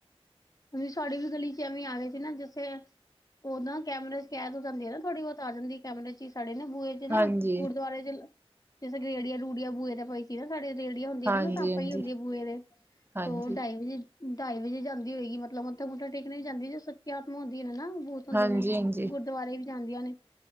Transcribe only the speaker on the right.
ਹਾਂਜੀ
ਹਾਂਜੀ
ਹਾਂਜੀ
ਹਾਂਜੀ
ਹਾਂਜੀ
ਹਾਂਜੀ